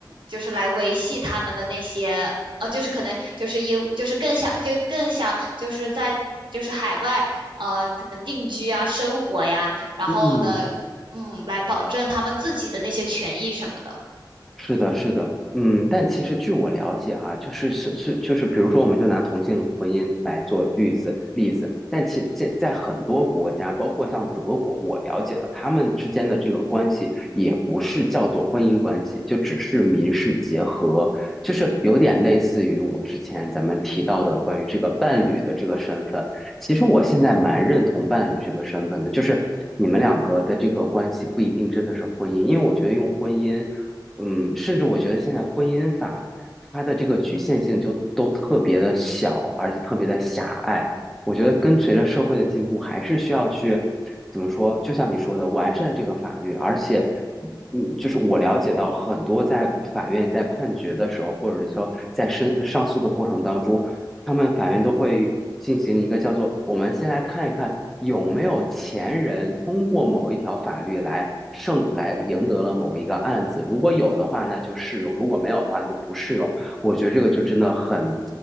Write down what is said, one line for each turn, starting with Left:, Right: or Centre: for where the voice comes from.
Right: 就是来维系他们的那些。呃，就是可能就是因就是更想就更想就是在就是海外，呃可能定居啊、生活呀，然后呢，
Centre: 嗯，
Right: 嗯，来保证他们自己的那些权益什么的。
Centre: 是的，是的，嗯，但其实据我了解啊，就是是是就是，比如说，我们就拿同性婚姻来做例子例子，但其这在很多国家，包括像德国，我了解的，他们之间的这个关系也不是叫做婚姻关系，就只是民事结合，就是有点类似于我之前咱们提到的关于这个伴侣的这个身份。其实我现在蛮认同伴侣这个身份的，就是你们两个的这个关系不一定真的是婚姻，因为我觉得用婚姻。嗯，甚至我觉得现在婚姻法它的这个局限性就都特别的小，而且特别的狭隘。我觉得跟随着社会的进步，还是需要去怎么说？就像你说的，完善这个法律。而且，嗯，就是我了解到很多在法院在判决的时候，或者说在申上诉的过程当中，他们法院都会进行一个叫做“我们先来看一看有没有前人通过某一条法律来胜来赢得了某一个案子，如果有的话，那就适用；如果没有的话，那就不适用。”我觉得这个就真的很